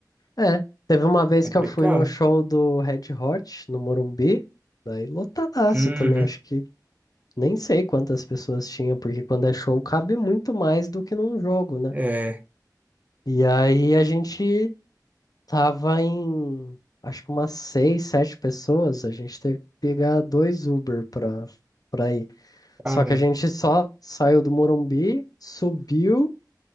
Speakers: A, on the left; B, on the right.
A: É, teve uma vez
B: complicado.
A: que eu fui no show do Red Hot, no Morumbi, daí lotadaço
B: Uhum.
A: também, acho que nem sei quantas pessoas tinha, porque quando é show cabe muito mais do que num jogo, né?
B: É,
A: E aí a gente Tava em, acho que umas seis, sete pessoas. A gente teve que pegar dois Uber pra, pra ir. Só
B: caramba.
A: que a gente só saiu do Morumbi, subiu